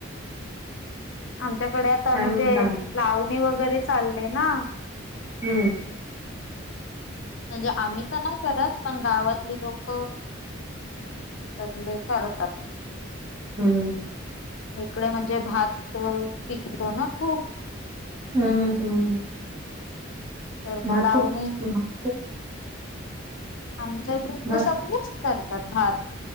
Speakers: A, on the left (about 70°); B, on the right (about 15°).
A: आमच्याकडे आता
B: काय
A: म्हणजे
B: म्हणून सांग
A: लावणी वगैरे चालले ना.
B: हम्म <inaudible>
A: म्हणजे आम्ही तर नाही करत पण गावातले लोक सगळे करतात.
B: हम्म
A: इकडे म्हणजे भात पिकतो ना खूप
B: हम्म हम्म हम्म
A: तर
B: भात
A: मग लावनी
B: खूप भात खूप
A: आमच्या इकडं म्हणजे
B: भात
A: सगळेच करतात भात